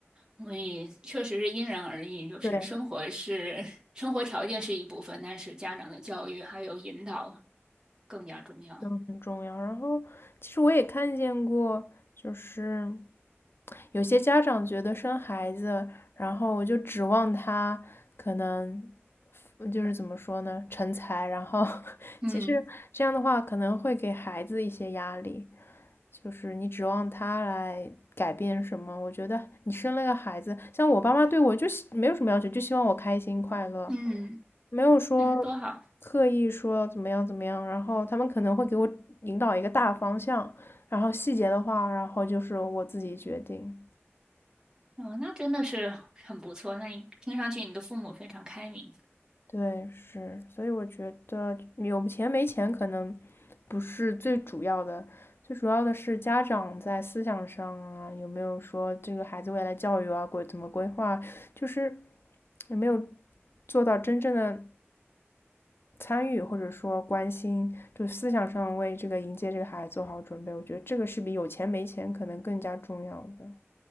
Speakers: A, on the right; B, on the left.
A: 所以确实是因人而异，就是生活是
B: 对，
A: <laughs> 生活条件是一部分，但是家长的教育还有引导更加重要。
B: 都很重要。然后，其实我也看见过，就是有些家长觉得生孩子，然后我就指望他可能。就是怎么说呢，成才，然后 <laughs>
A: 嗯
B: 其实这样的话可能会给孩子一些压力，就是你指望他来改变什么？我觉得你生了个孩子，像我爸妈对我就希没有什么要求，就希望我开心快乐，
A: 嗯，
B: 没有说
A: 那多好，
B: 刻意说怎么样怎么样。然后他们可能会给我引导一个大方向，然后细节的话，然后就是我自己决定。
A: 哦，那真的是很不错。那你听上去你的父母非常开明。
B: 对，是，所以我觉得有钱没钱可能不是最主要的，最主要的是家长在思想上啊，有没有说这个孩子未来教育啊，规怎么规划，就是有没有做到真正的参与或者说关心，就思想上为这个迎接这个孩子做好准备，我觉得这个是比有钱没钱可能更加重要的。